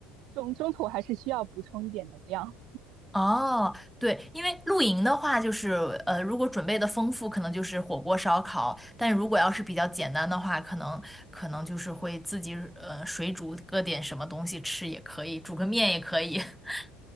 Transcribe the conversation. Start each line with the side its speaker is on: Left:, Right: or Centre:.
Right: 中中途还是需要补充一点能量。
Centre: 哦，对，因为露营的话，就是呃，如果准备的丰富，可能就是火锅、烧烤；但如果要是比较简单的话，可能可能就是会自己呃水煮搁点什么东西吃也可以，煮个面也可以。<laughs>